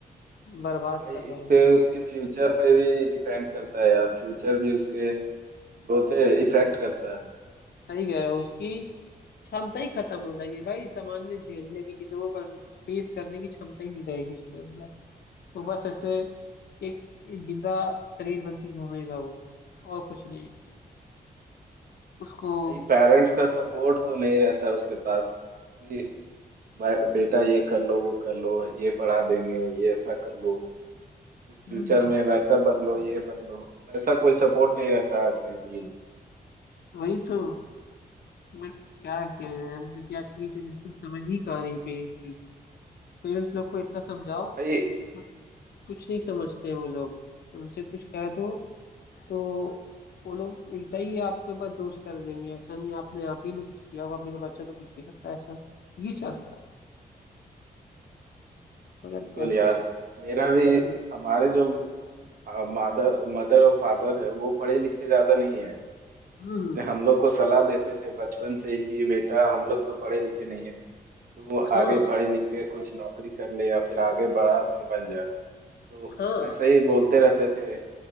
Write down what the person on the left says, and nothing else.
बर्बाद
कर रहे
हैं जिंदगी।
बहुत
सही कह रहे हो उसकी क्षमता ही खत्म हो जाएगी भाई समाज में झेलने की चीजों को फेस करने की क्षमता ही नहीं रहेगी उसके अंदर वो बस ऐसे एक जिंदा शरीर बन के घूमेगा वो और कुछ नहीं उसको
हम्म
वही तो मैं क्या किया जाए अब देखिए आज की जनरेशन समझ ही कहाँ रही पेरेंट्स की पेरेंट्स लोग को इतना समझाओ
बट कुछ नहीं समझते हैं वो लोग उनसे कुछ कह दो तो वो लोग उल्टा ही आपके ऊपर दोष कर देंगे ऐसा नहीं आपने आप ही ने कुछ किया होगा मेरा बच्चा तो कुछ नहीं करता ऐसा ये चलता है मगर
क्या
किया जाए
हम्म
हम्म,
हाँ
हाँ